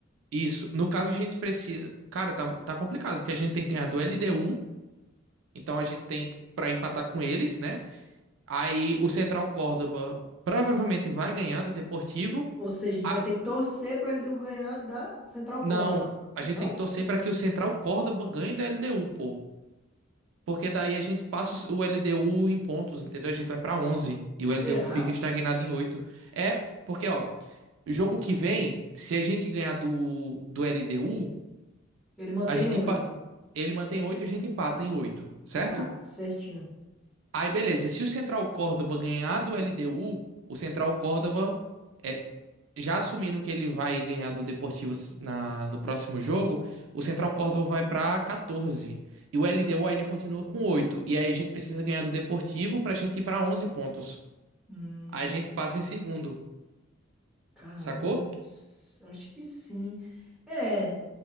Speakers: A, on the right (about 70°); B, in the centre.
A: isso. No caso a gente precisa, cara, tá tá complicado, porque a gente tem que ganhar do LDU, então a gente tem pra empatar com eles, né? Aí o Central Córdoba provavelmente vai ganhar do Deportivo.
B: Ou seja, a gente
A: Ah,
B: vai ter que torcer pra ele deu ganhar da Central
A: não,
B: Córdoba.
A: a gente
B: Não?
A: tem que torcer para que o Central Córdoba ganhe da LDU, pô. Porque daí a gente passa o LDU em pontos, entendeu? A gente vai para 11 e
B: Será?
A: o LDU fica estagnado em 8. É, porque ó, jogo que vem, se a gente ganhar do, do LDU,
B: Ele mantém
A: a gente
B: oito.
A: empa- ele mantém 8 e a gente empata em 8, certo?
B: Tá, certinho.
A: Aí beleza, se o Central Córdoba ganhar do LDU, o Central Córdoba é já assumindo que ele vai ganhar do Deportivo na, no próximo jogo, o Central Córdoba vai pra 14. E o LDU ainda continua com 8. E aí a gente precisa ganhar do Deportivo pra gente ir pra 11 pontos.
B: Hum,
A: Aí a gente passa em segundo,
B: caramba,
A: sacou?
B: s- acho que sim. É.